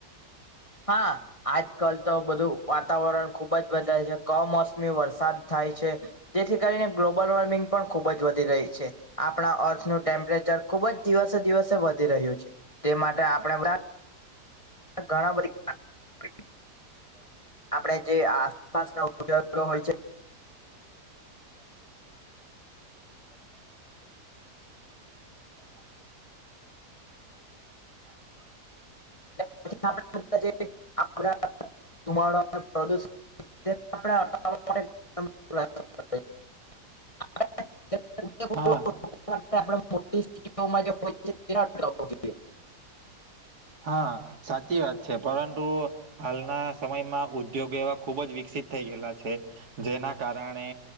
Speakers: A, on the left; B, on the right.
A: હા આજકાલ તો બધું વાતાવરણ ખુબ જ બદલા છે. કમોસમી વરસાદ થાય છે જેથી કરીને ગ્લોબલ વોર્મિંગ પણ ખૂબ જ વધી રહી છે. આપણા અર્થનું ટેમ્પરેચર ખુબ જ દિવસે દિવસે વધી રહ્યું છે. તે માટે આપણે બધા ઘણા બધી આપણે જે આસપાસ ના ઉદગ હોય છે <inaudible> <unintelligible> <unintelligible>
B: હા
A: <unintelligible>
B: હા સાચી વાત છે પરંતુ હાલના સમયમાં ઉદ્યોગ એવા ખુબ જ વિકસિત થઈ ગયેલા છે જેના કારણે